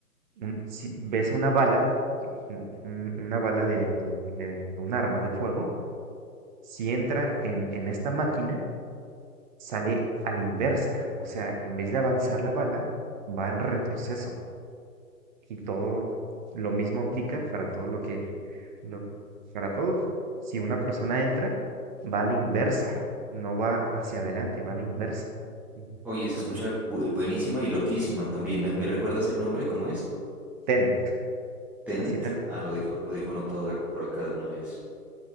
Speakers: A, on the right (about 30°); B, in the centre.
A: un- si ves una bala, si, un- un- una bala de, de un de- de un arma de fuego, si entra en, en esta máquina, sale a la inversa. O sea, en vez de avanzar la bala, va en retroceso. Y todo lo mismo aplica para todo lo que, lo- para todo. Si una persona entra, va a la inversa, no va hacia adelante, va a la inversa.
B: Oye,
A: Entonces,
B: se escucha bu- buenísima y loquísima también. ¿Me, me recuerdas el nombre? ¿Cómo es?
A: Tenet,
B: Tenet,
A: así tal, cu-
B: ah, lo dijo, lo dijo anotado ac- por acá de una vez.